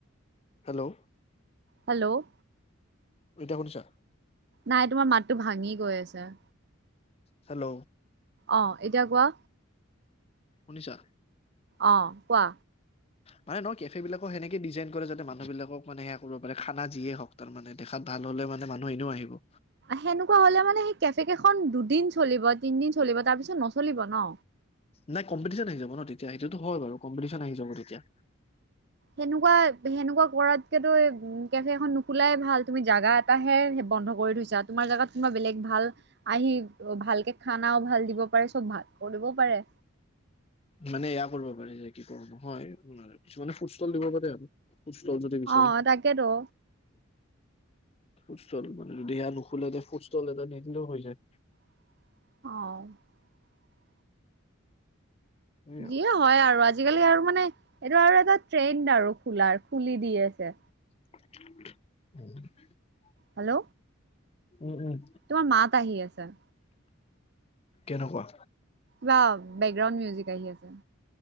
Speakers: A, on the left; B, on the right.
A: হেল্ল',
B: হেল্ল'
A: এতিয়া শুনিছা?
B: নাই তোমাৰ মাতটো ভাঙি গৈ আছে।
A: হেল্ল'।
B: অ এতিয়া কোৱা।
A: শুনিছা?
B: অ, কোৱা?
A: মানে ন কেফে বিলাকক সেনেকে ডিজাইন কৰে যাতে মানুহ বিলাকক মানে সেয়া কৰিব পাৰে খানা যিয়ে হওক তাৰ মানে দেখাত ভাল হ'লে মানে মানুহ এনেও আহিব।
B: সেনেকুৱা হ'লে মানে সেই কেফে কেইখন দুদিন চলিব তিনদিন চলিব তাৰ পিছত নচলিব ন।
A: নাই কম্পিটিচন হৈ যাব ন' তেতিয়া সেইটোতো হয় বাৰু কম্পিটিচন আহি যাব তেতিয়া।
B: সেনেকুৱা-সেনেকুৱা কৰাতকেতো এই কেফেখন নোখোলাই ভাল তুমি জোগা এটাহে বন্ধ কৰি থৈছা তোমাৰ জোগাত কোনোবা বেলেগ ভাল আহি অ, ভালকে খানাও ভাল দিব পাৰে চব ভাল। কৰিব পাৰে।
A: মানে এয়া কৰিব পাৰে যে কি কওঁ নহয় কিছুমানে ফুড ষ্টল দিব পাৰে আৰু। ফুড ষ্টল যদি বিচাৰে
B: অ, তাকেতো।
A: ফুড ষ্টল, মানে যদি সেয়া নোখোলে যদি ফুড ষ্টল এটা দি দিলেও হৈ যায়।
B: <unintelligible>
A: সেয়া
B: যিয়ে হয় আৰু আজ আজিকালি আৰু মানে এইটো আৰু এটা ট্ৰেণ্ড আৰু খোলাৰ খুলি দিয়ে যে।
A: <unintelligible>
B: হেল্ল'।
A: উম
B: তোমাৰ মাত আহি আছে।
A: কেনেকুৱা?
B: <unintelligible> বেকগ্ৰাউণ্ড মিউজিক আহি আছে।